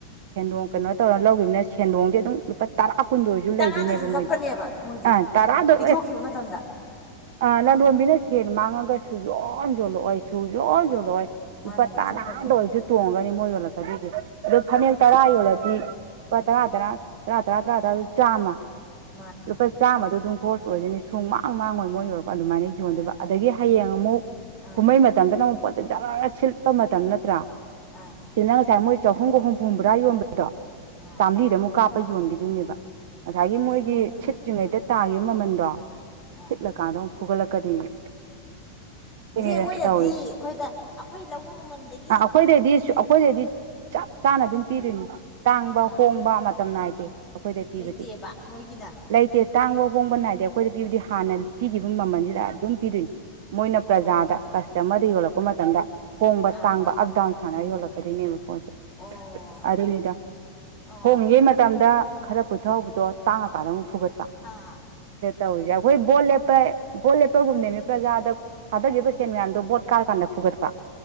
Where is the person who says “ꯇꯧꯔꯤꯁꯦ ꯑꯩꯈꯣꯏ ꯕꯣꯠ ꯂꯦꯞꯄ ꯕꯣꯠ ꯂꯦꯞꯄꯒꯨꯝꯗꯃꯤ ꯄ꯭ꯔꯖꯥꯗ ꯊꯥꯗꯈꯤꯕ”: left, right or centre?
Right